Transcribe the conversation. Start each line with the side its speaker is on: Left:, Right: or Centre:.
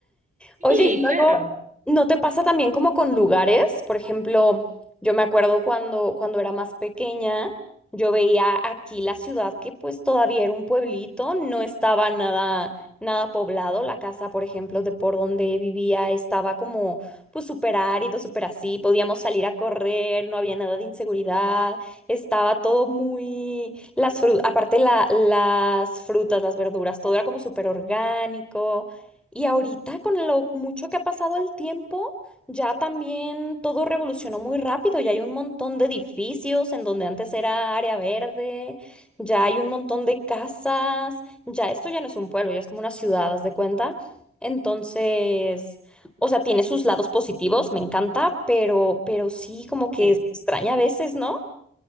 Right: Sí,
Centre: Oye, y luego,
Right: claro.
Centre: ¿no te pasa también como con lugares? Por ejemplo, yo me acuerdo cuando, cuando era más pequeña, yo veía aquí la ciudad que pues todavía era un pueblito, no estaba nada, nada poblado. La casa, por ejemplo, de por donde vivía estaba como pues súper árido, súper así. Podíamos salir a correr, no había nada de inseguridad, estaba todo muy las fru aparte la, las frutas, las verduras, todo era como súper orgánico. Y ahorita con lo mucho que ha pasado el tiempo, ya también todo revolucionó muy rápido. Ya hay un montón de edificios en donde antes era área verde, ya hay un montón de casas, ya esto ya no es un pueblo, ya es como una ciudad, haz de cuenta. Entonces, o sea, tiene sus lados positivos, me encanta, pero, pero sí como que
Right: Sí.
Centre: se extraña a veces, ¿no?